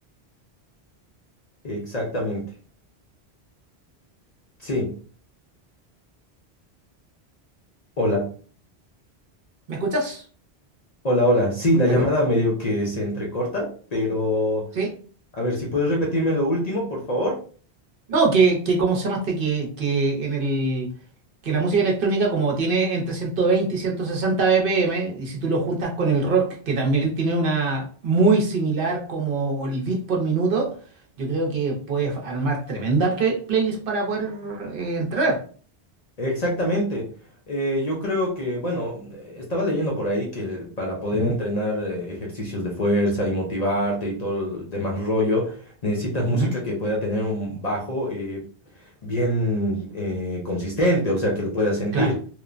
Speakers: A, on the left (about 50°); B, on the right (about 60°).
A: Exactamente. Sí. Hola.
B: ¿Me escuchas?
A: Hola, hola. Sí, la
B: ¿Aló?
A: llamada medio que se entrecorta, pero...
B: ¿Sí?
A: A ver, si puedes repetirme lo último, por favor.
B: No, que, que ¿cómo se llamaste? Que, que en el que la música electrónica como tiene entre 120 y 160 BPM, y si tú lo juntas con el rock, que también tiene una muy similar como el beat por minuto, yo creo que puedes armar tremenda play- playlist para poder eh, entrenar.
A: Exactamente. Eh, yo creo que, bueno, eh, estaba leyendo por ahí que para poder
B: Ujú,
A: entrenar eh, ejercicios de fuerza y motivarte y todo el demás rollo, necesitas música
B: ujú,
A: que pueda tener un bajo eh, bien eh, consistente, o sea, que lo puedas sentir.
B: Claro,